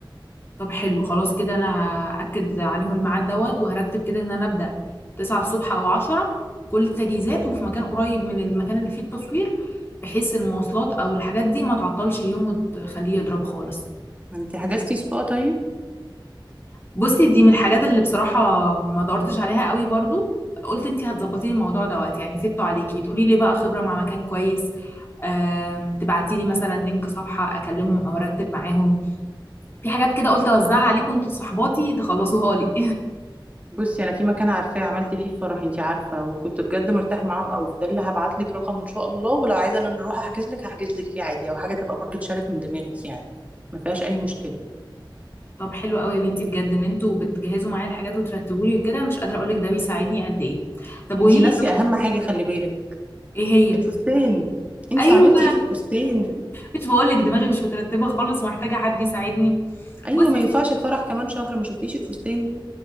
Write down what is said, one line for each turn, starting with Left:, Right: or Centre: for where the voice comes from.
Left: طب حلو خلاص كده انا هأكد عليهم الميعاد دوت وهرتب كده ان انا ابدأ 9 الصبح او 10 كل التجهيزات وفي مكان قريب من المكان اللي فيه التصوير بحيث المواصلات او الحاجات دي ما تعطلش اليوم وتخليه يضرب خالص
Right: انت حجزتي سبا طيب
Left: بصي دي من الحاجات اللي بصراحة ما دورتش عليها قوي برضو قلت انتي هتظبطي لي الموضوع دوت يعني سبته عليكي تقولي لي بقى خبرة مع مكان كويس آم، تبعتي لي مثلا لينك صفحة اكلمهم او ارتب معاهم في حاجات كده قلت اوزعها عليكم انتوا صحباتي تخلصوها لي
Right: بصي انا في مكان عارفاه عملت فيه فرح انتي عارفه وكنت بجد مرتاح معاهم قوي فده اللي هبعت لك رقم ان شاء الله ولو عايزه انا نروح احجز لك هحجز لك فيه عادي او حاجه تبقى برضو اتشالت من دماغك يعني ما فيهاش اي مشكله
Left: <laughs> طب حلو قوي يا بنتي بجد ان انتوا بتجهزوا معايا الحاجات وترتبوا لي وكده مش قادرة اقول لك ده بيساعدني قد ايه طب قولي
Right: انتي
Left: لي
Right: ناسيه اهم حاجه خلي بالك
Left: ايه هي
Right: الفستان انتي
Left: ايوه
Right: عملتي ايه في الفستان
Left: مش بقول لك دماغي مش مترتبة خالص ومحتاجة حد يساعدني
Right: ايوه
Left: بصي
Right: ما ينفعش الفرح كمان شهر ما شفتيش الفستان